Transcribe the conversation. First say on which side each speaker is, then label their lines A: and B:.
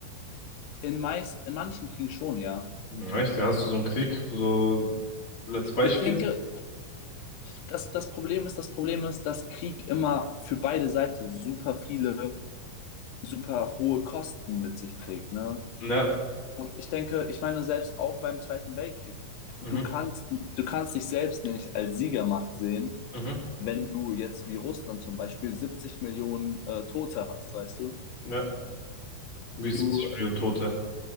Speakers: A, on the left (about 80°); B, on the left (about 30°).
A: in meist, in manchen Kriegen schon, ja.
B: Hm, Echt? Hast du so einen Krieg? So als Beispiel?
A: Ich denke, dass das Problem ist, das Problem ist, dass Krieg immer für beide Seiten super viele, super hohe Kosten mit sich trägt, ne?
B: Ja.
A: Und ich denke, ich meine, selbst auch beim Zweiten Weltkrieg,
B: Mhm.
A: du kannst, du kannst dich selbst nicht als Siegermacht sehen,
B: Mhm.
A: wenn du jetzt wie Russland zum Beispiel 70 Millionen äh, Tote hast, weißt du?
B: Ja. Wie 70
A: Du
B: Millionen Tote.